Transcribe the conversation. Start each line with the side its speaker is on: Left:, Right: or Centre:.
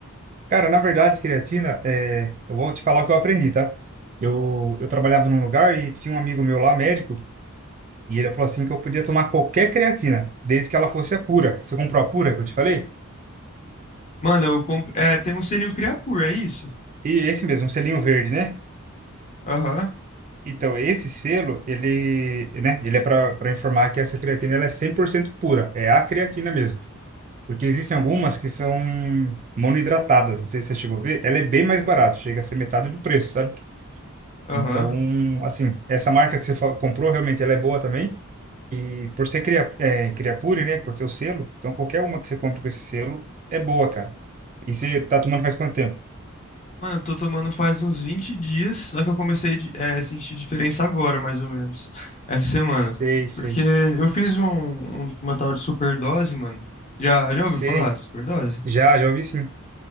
Right: Cara, na verdade, creatina, é... eu vou te falar o que eu aprendi, tá? Eu, eu trabalhava num lugar e tinha um amigo meu lá, médico, e ele falou assim que eu podia tomar qualquer creatina, desde que ela fosse a pura. Você comprou a pura que eu te falei?
Left: Mano, eu comprei. É, tem um selinho Creapure, é isso?
Right: E esse mesmo, um selinho verde, né?
Left: Aham,
Right: Então, esse selo, ele, né, ele é para para informar que essa creatina ela é 100% pura. É a creatina mesmo. Porque existem algumas que são monoidratadas, não sei se você chegou a ver, ela é bem mais barata, chega a ser metade do preço, sabe?
Left: aham.
Right: Então, assim, essa marca que você fa- comprou, realmente, ela é boa também. E por ser cria, é, Creapure, né, por ter o selo, então qualquer uma que você compra com esse selo é boa, cara. E você tá tomando faz quanto tempo?
Left: Mano, eu tô tomando faz uns 20 dias, só que eu comecei a é, a sentir diferença agora, mais ou menos. Essa semana.
Right: Sei, sei,
Left: Porque eu fiz um, um- uma tal de superdose, mano. Já, já ouviu
Right: sei.
Left: falar de superdose?
Right: Já, já ouvi sim.